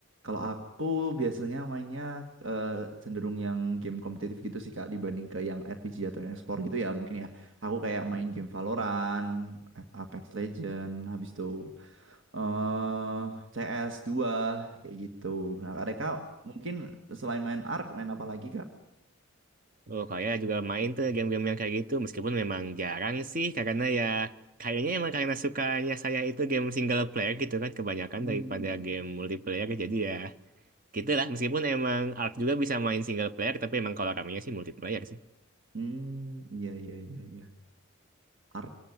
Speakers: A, on the right; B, on the right.
A: Kalau aku biasanya mainnya eh, cenderung yang game kompetitif gitu sih Kak dibanding ke yang RPG atau yang explore gitu ya mungkin ya. Aku kayak main
B: Hmm.
A: game Valorant, A- Apex Legend, habis itu eh CS2 kayak gitu. Nah, Kak mungkin selain main Ark main apa lagi Kak?
B: Oh, saya juga main tuh game-game yang kayak gitu. Meskipun memang jarang sih, karena ya kayaknya emang karena sukanya saya itu game single player gitu kan kebanyakan
A: Hmm,
B: daripada game multiplayer. Jadi ya. Gitu lah, meskipun emang Ark juga bisa main single player, tapi emang kalau ramenya sih multiplayer sih.
A: Hmm, iya iya iya iya. Ark